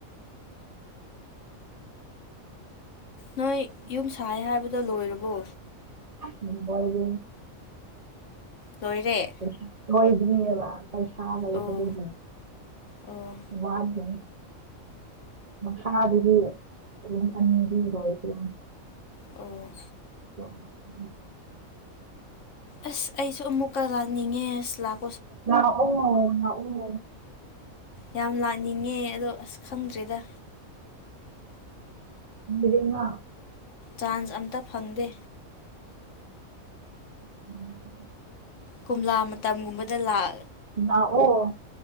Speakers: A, on the left; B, on the right.
A: ꯅꯣꯏ ꯌꯨꯝ ꯁꯥꯏ ꯍꯥꯏꯕꯗꯣ ꯂꯣꯏꯔꯕꯣ
B: ꯂꯣꯏꯔꯦ
A: ꯂꯣꯏꯔꯦ
B: ꯄꯩꯁꯥ ꯂꯣꯏꯗ꯭ꯔꯤꯑꯕ ꯄꯩꯁꯥ ꯂꯩꯇꯕꯒꯤ
A: ꯑꯣ ꯑꯣ
B: ꯋꯥꯗꯣꯔꯤ ꯃꯁꯥꯗꯨꯗꯤ ꯑꯗꯨꯨꯝ ꯀꯟꯕꯤꯔꯣꯏ ꯑꯗꯨꯅ
A: ꯑꯣ
B: ꯎꯝ
A: ꯑꯁ ꯑꯩꯁꯨ ꯑꯃꯨꯛꯀ ꯂꯥꯛꯅꯤꯡꯉꯦ ꯑꯁ ꯂꯥꯛ
B: ꯂꯥꯛꯑꯣ ꯂꯥꯛꯑꯣ
A: ꯌꯥꯝ ꯂꯥꯛꯅꯤꯡꯉꯦ ꯑꯗꯣ ꯑꯁ ꯈꯪꯗ꯭ꯔꯦꯗ
B: ꯃꯤꯔꯤꯃꯥ
A: ꯆꯥꯟꯁ ꯑꯝꯇ ꯐꯪꯗꯦ
B: <unintelligible>
A: ꯀꯣꯝꯂꯥ ꯃꯇꯝꯒꯨꯝꯕꯗ ꯂꯥꯛ
B: ꯂꯥꯛꯑꯣ